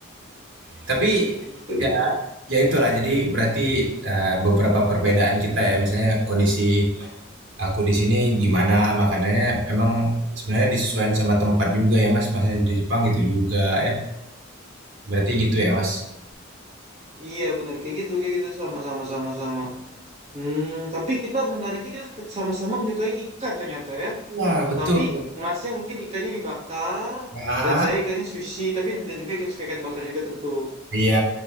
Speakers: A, on the right; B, on the right.
A: tapi
B: Gitu,
A: ya
B: gitu.
A: ya itulah jadi berarti eh, beberapa perbedaan kita ya misalnya kondisi aku di sini gimana makanannya memang sebenarnya disesuaikan sama tempat juga ya Mas masnya di Jepang gitu juga ya berarti gitu ya Mas
B: Iya, bener. Kayak gitu, kayak gitu. Sama, sama, sama, sama. Hmm, tapi kita menariknya kita sama-sama menyukai ikan ternyata ya.
A: Wah betul
B: Tapi masnya mungkin ikannya dibakar
A: nah,
B: dan saya ikannya sushi. Tapi dia juga suka ikan bakar juga tentu.
A: iya